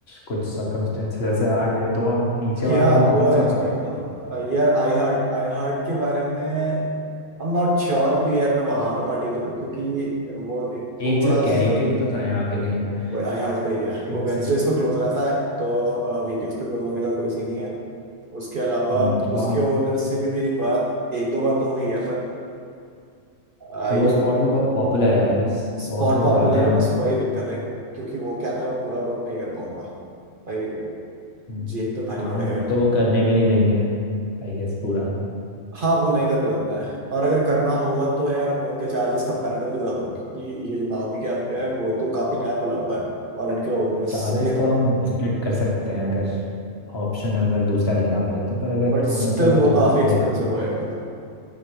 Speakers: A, on the left; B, on the right.
A: कुछ सर्कमस्टेंसेस ऐसे आ गए तो हम नीचे
B: क्या
A: वाला वो
B: वो
A: कौन
B: अरेंज
A: सा था
B: नहीं होता तो अ, यार आई हार्ट आई हार्ट के बारे में आई एम नॉट श्योर कि यार मैं वहां पे पार्टी करूँ क्योंकि वो एक
A: एक
B: थोड़ा
A: जगह
B: स-
A: कैरियोके भी तो था यहाँ पे कहीं पे
B: वो आई हार्ट पे ही है
A: कहीं
B: वो वेंसडेज
A: से।
B: को क्लोज रहता है तो वीकेंड्स पे क्लोज होने का कोई सीन नहीं है उसके अलावा
A: हम्म वहाँ
B: उसके ओनर से भी मेरी बात एक दो बार तो हुई है पर आ,
A: वो
B: यार
A: स्पॉट भी बहुत पॉपुलर है आई गेस
B: स्पॉट
A: बहुत लोग
B: पॉपुलर
A: जाते हैं
B: है
A: वहाँ
B: बस वही दिक्कत है क्योंकि वो कैफे मैं पूरा बुक नहीं कर पाऊंगा भाई
A: हम्म,
B: जेब पे भारी
A: हाँ
B: पड़ेगा
A: बुक
B: यार
A: तो वो करने भी नहीं देंगे आई गेस पूरा
B: हाँ वो नहीं करने देता है और अगर करना होगा तो यार उनके चार्जेस कंपैरेटिवली ज्यादा होंगे क्योंकि ये जो नाओमी कैफे है वो तो काफी नया खुला हुआ है और इनके ओनर
A: चार्जेस
B: से
A: तो हम स्प्लिट कर सकते हैं अगर ऑप्शन अगर दूसरा लेना पड़े तो पर अगर
B: बट
A: ओनर
B: स्टिल
A: से बात
B: वो
A: हो
B: काफी
A: गई
B: एक्सपेंसिव
A: है तो
B: होएगा